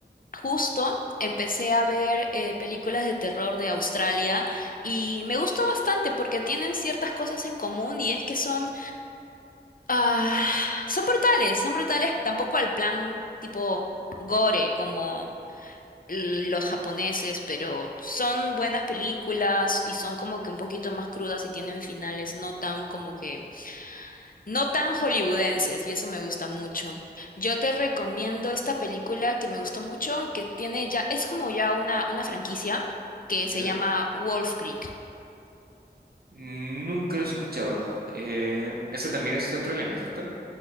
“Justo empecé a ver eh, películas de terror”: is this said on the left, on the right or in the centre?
Left